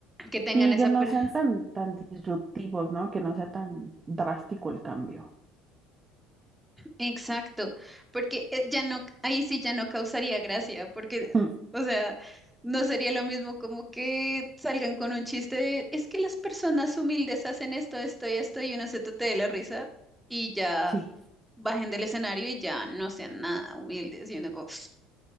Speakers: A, in the centre; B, on the right.
A: Que tengan
B: Sí,
A: esa,
B: que no
A: per-
B: sean tan, tan disruptivos, ¿no? Que no sea tan drástico el cambio.
A: Exacto, porque eh, ya no, ahí sí ya no causaría gracia, porque, mm,
B: Mm,
A: o sea, no sería lo mismo como que salgan con un chiste de, es que las personas humildes hacen esto, esto y esto, y uno se tote de la risa y ya
B: Sí,
A: bajen del escenario y ya no sean nada humildes, y uno como, <sniffs>